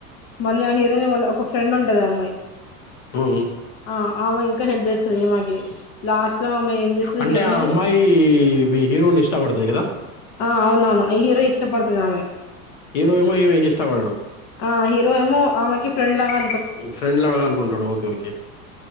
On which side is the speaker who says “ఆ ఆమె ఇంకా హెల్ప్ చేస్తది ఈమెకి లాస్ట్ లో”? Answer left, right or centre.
Left